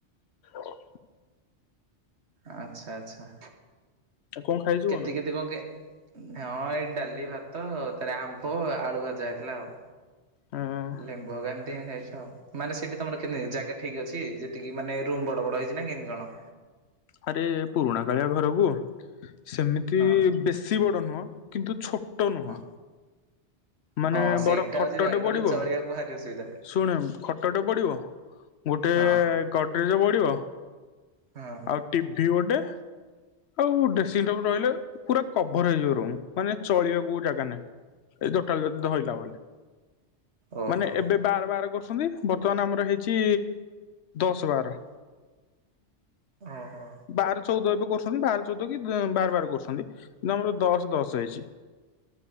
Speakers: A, on the left; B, on the right.
A: ଓ
B: ଆଚ୍ଛା ଆଚ୍ଛା।
A: ଆଉ କଣ ଖାଇଛୁ
B: କେତେ କେତେ କଣ କେ ହଁଅ ଏଇ ଡାଲି ଭାତ ଆଉ ତାରେ ଆମ୍ବ ଆଳୁ ଭଜା ହେଇଥିଲା ଆଉ।
A: ଅଁ
B: ଲେମ୍ବୁ ଏକା ଏମିତି <inaudible> ଖାଇ <inaudible> ମାନେ ସେଠି ତମର କେମତି ଜାଗା ଠିକ୍ ଅଛି ଯେତିକି ମାନେ ରୁମ୍ ବଡ ବଡ ହେଇଛି ନା କେମିତି କଣ?
A: ଆରେ ପୁରୁଣା କାଳିଆ ଘରକୁ ସେମିତି
B: ହଁ।
A: ବେଶୀ ବଡ ନୁହଁ। କିନ୍ତୁ ଛୋ ଟ ନୁହଁ,
B: ହଁ
A: ମାନେ
B: ହଁ ସେଇଟା
A: ବଡ ଖଟଟେ
B: ହଉଛି ଭାଇ ନହେଲେ
A: ପଡିବ,
B: ଚଳିବାକୁ ଭାରି ଅସୁବିଧା
A: ଶୁଣେ ଖଟଟେ ପଡିବ, ଗୋଟେ
B: ହଁ
A: ଗଡରେଜ୍ ପଡିବ
B: ହଁ।
A: ଆଉ ଟିଭି ଗୋଟେ। ଆଉ ଡ୍ରେସିଂଙ୍ଗ୍ ଟେବୁଲ ରହିଲେ ପୁରା କଭର୍ ହେଇଯିବ ରୁମ୍, ମାନେ ଚଳିବାକୁ ଜାଗା ନାହିଁ ଏ ଟୋଟାଲ୍ ଯଦି ଧଇଲା ବଲେ।
B: ଓହୋ
A: ମାନେ ଏବେ ବାର୍ ବାର୍ କର <inaudible> ବର୍ତ୍ତମାନ ଆମର ହେଇଛି ଦଶ ବାର।
B: ଓହୋଃ।
A: ବାର ଚଉଦ ଏବେ କରୁ <inaudible> ବାର ଚଉଦ କି ବାର ବାର କରୁଛନ୍ତି, କିନ୍ତୁ ଆମର ଦଶ ଦଶ ହେଇଛି।